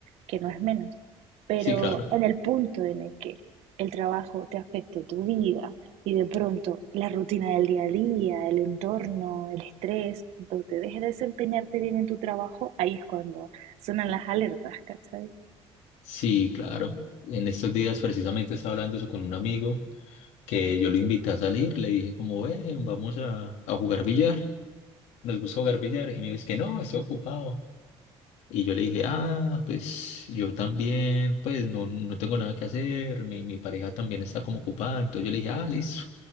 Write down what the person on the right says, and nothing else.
que no es menos. Pero
en el punto en el que el trabajo te afecte tu vida y de pronto la rutina del día a día, el entorno, el estrés, cuando te dejes desempeñarte bien en tu trabajo, ahí es cuando sonan las alertas, ¿cachai?